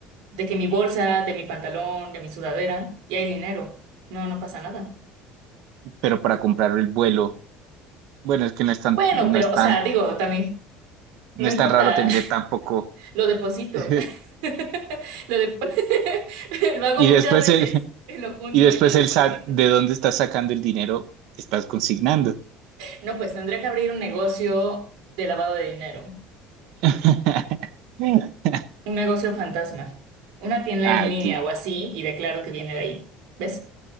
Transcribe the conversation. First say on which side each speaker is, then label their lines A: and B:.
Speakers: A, on the right (about 80°); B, on the right (about 60°).
A: de que mi bolsa, de mi pantalón, de mi sudadera, y hay dinero. No, no pasa nada.
B: pero para comprar el vuelo. Bueno, es que no es tan,
A: Bueno,
B: no
A: pero,
B: es
A: o
B: tan,
A: sea, digo, también,
B: no
A: no
B: es
A: importa,
B: tan raro tener
A: <laughs>
B: tampoco.
A: lo deposito.
B: <laughs>
A: <laughs> Lo, depo- <laughs> lo hago
B: Y
A: muchas
B: después
A: veces,
B: el,
A: lo junto
B: y después
A: y lo deposito.
B: el SAT, ¿de dónde estás sacando el dinero que estás consignando?
A: No, pues tendría que abrir un negocio de lavado de dinero.
B: <laughs>
A: Un negocio fantasma. Una tienda
B: Ah,
A: en línea
B: ok.
A: o así y declaro que viene de ahí. ¿Ves?